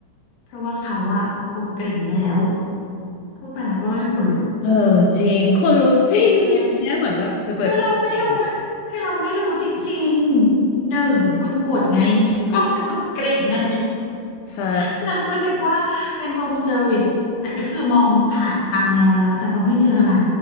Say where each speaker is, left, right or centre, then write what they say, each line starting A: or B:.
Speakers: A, on the left (about 65°); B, on the left (about 80°).
A: เพราะว่าเขาอะกดกริ่งแล้วพูดไปแล้วก็ขนลุก
B: เออจริงคนลุกจริงอย่างเงี้ยเหมือนแบบเธอเปิดกับตัวเอง
A: คือ คือเราไม่รู้ว่าคือเราไม่รู้จริงๆหนึ่งคุณกดไง <laughs> ก็คุณกดกริ่งไง
B: ใช่
A: <laughs> เราก็นึกว่าเป็นรูมเซอร์วิสแต่ก็คือมองผ่านตาแมวแล้วแต่ก็ไม่เจออะไร